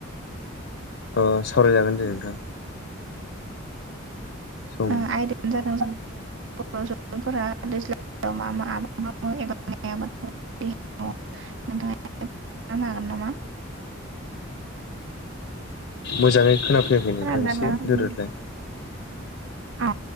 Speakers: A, on the left; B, on the right.
A: अ सावरायजागोन दे नोंथां। सम
B: उम
A: दं
B: आयदायानो जादों बर' सुबुंफोरा दैज्लां <unintelligible> मा मा आबाद मावो एबा <unintelligible> माइ आबाद <unintelligible> नोंथाङा <unintelligible> हागोन नामा?
A: मोजाङै खोनाफैयाखै
B: खोनादोंना
A: नोंथां एसे
B: नोंथां?
A: दोरोदलाय।
B: अ